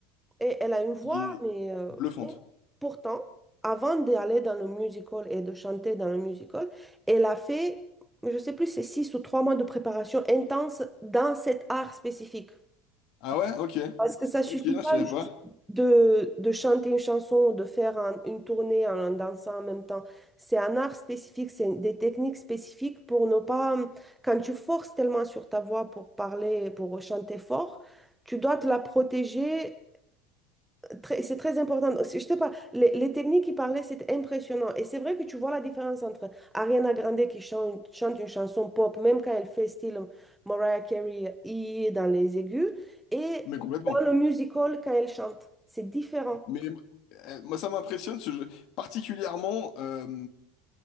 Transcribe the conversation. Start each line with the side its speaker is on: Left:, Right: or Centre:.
Centre: Et elle a une voix,
Left: qui est
Centre: mais euh,
Left: bluffante.
Centre: et pourtant, avant d'aller dans le musical et de chanter dans le musical, elle a fait, je ne sais plus, c'est six ou trois mois de préparation intense dans cet art spécifique.
Left: Ah ouais? Ok.
Centre: Parce que ça suffit
Left: Ok, je
Centre: pas
Left: savais
Centre: juste
Left: pas.
Centre: de, de chanter une chanson ou de faire un- une tournée en, en dansant en même temps. C'est un art spécifique, c'est des techniques spécifiques pour ne pas... Quand tu forces tellement sur ta voix pour parler, pour chanter fort, tu dois te la protéger Très- C'est très important. Je te parle, les, les techniques qu'il parlait, c'était impressionnant. Et c'est vrai que tu vois la différence entre Ariana Grande qui chante, chante une chanson pop, même quand elle fait style Mariah Carey I dans les aigus, et
Left: Mais complètement.
Centre: dans le musical quand elle chante. C'est différent.
Left: Mais euh, moi, ça m'impressionne ce jeu. Particulièrement, euh,